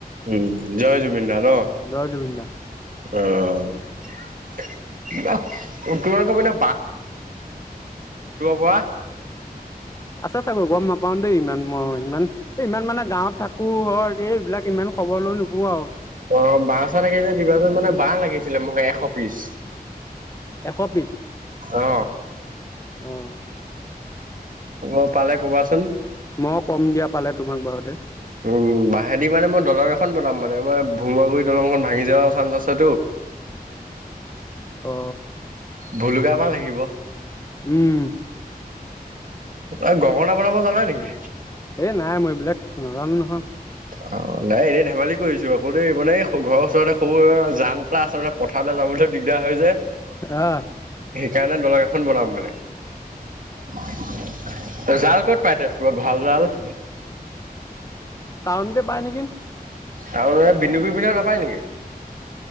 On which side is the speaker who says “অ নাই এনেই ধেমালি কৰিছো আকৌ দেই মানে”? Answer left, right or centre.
Right